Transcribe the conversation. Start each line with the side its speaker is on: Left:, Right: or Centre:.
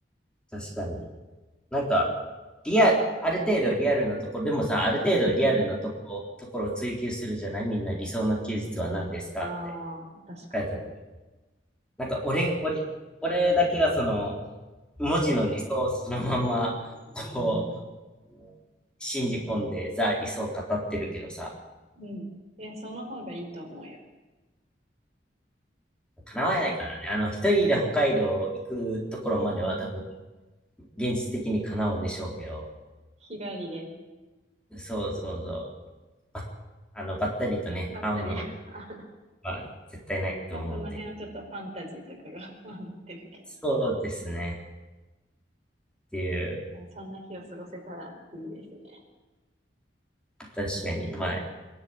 Centre: 確かに。なんか、リア、ある程度リアルなところ、でもさ、ある程度リアルなとこ、
Right: うん。
Centre: ところを追求するじゃないみんな理想の休日は何ですかって
Right: ああ、確かに。
Centre: 聞れた時。なんか俺、俺、俺だけがその、文字の理想をそのまま、こう、信じ込んでザ理想を語ってるけどさ、
Right: うん。いや、その方がいいと思うよ。
Centre: 叶わないからね。あの、一人で北海道行くところまでは多分、
Right: うん。
Centre: 現実的に叶うんでしょうけど、
Right: 日帰りで、
Centre: そうそうそう、ばあの、ばったりとね、
Right: ばったり。
Centre: 会うのは
Right: <laughs> あ
Centre: まあ、絶対ないと思うんで。
Right: まあ、その辺はちょっとファンタジーとかが <laughs> 混ってるけど。
Centre: そうですね。っていう、
Right: まあそんな日を過ごせたらいいですね。
Centre: 確かに、まあ、